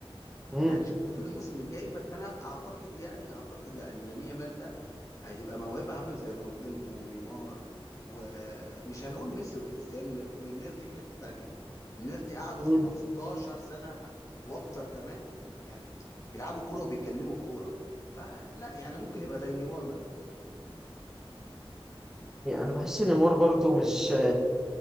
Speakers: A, in the centre; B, on the left (about 35°).
A: امم
B: هنشوف الموسم الجاي بس انا اعتقد يعني اعتقد لا ان لامين يامال ده هتبقى موهبه عامله زي رونالدينهو ونيمار ومش هنقول ميسي وكريستيانو ان الناس دي في حته تانية الناس دي قعدوا
A: امم
B: 15 سنه واكتر كمان يعني بيلعبوا كوره وبيتكلموا الكوره فلا يعني ممكن يبقى زي نيمار مثلا
A: يعني انا بحس ان مور برضو مش